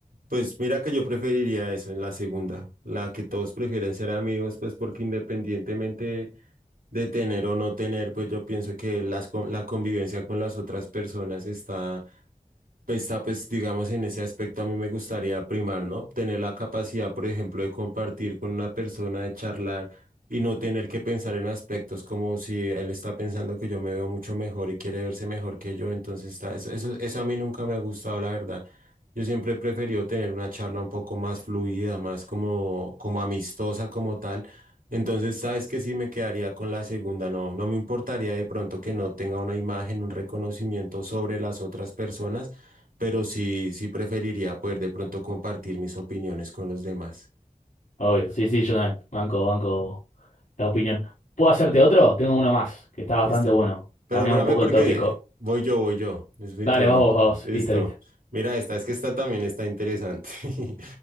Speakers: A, on the right (about 80°); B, on the left (about 65°).
A: Pues mira que yo preferiría eso en la segunda, la que todos prefieren ser amigos, pues porque independientemente de tener o no tener, pues yo pienso que las, con- la convivencia con las otras personas está pues, Está, pues, digamos, en ese aspecto a mí me gustaría primar, ¿no? Tener la capacidad, por ejemplo, de compartir con una persona, de charlar y no tener que pensar en aspectos como si él está pensando que yo me veo mucho mejor y quiere verse mejor que yo. Entonces, está, eso, eso, eso a mí nunca me ha gustado, la verdad. Yo siempre he preferido tener una charla un poco más fluida, más como, como amistosa, como tal. Entonces, sabes que sí me quedaría con la segunda, no, no me importaría de pronto que no tenga una imagen, un reconocimiento sobre las otras personas pero sí, sí preferiría poder de pronto compartir mis opiniones con los demás.
B: Obvio, sí, sí, yo también. Banco, banco la opinión. ¿Puedo hacerte otro? Tengo uno más, que está bastante
A: Listo.
B: bueno.
A: Pero
B: Cambia
A: espérame
B: un poco
A: porque
B: el tópico.
A: voy yo, voy yo. Es mi
B: Dale,
A: turno.
B: vas vos, vas vos.
A: Listo.
B: Listo, listo.
A: Mira esta, es que esta también está interesante. <laughs>